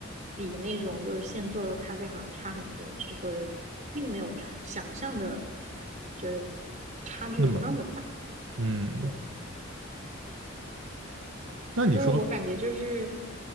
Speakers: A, on the right; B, on the right.
A: 比那种就是现做的咖啡好像差很多，其实并没有差想象的，就是差距那么大。
B: 那么嗯，
A: 对，
B: 那你说
A: 就是我感觉就是，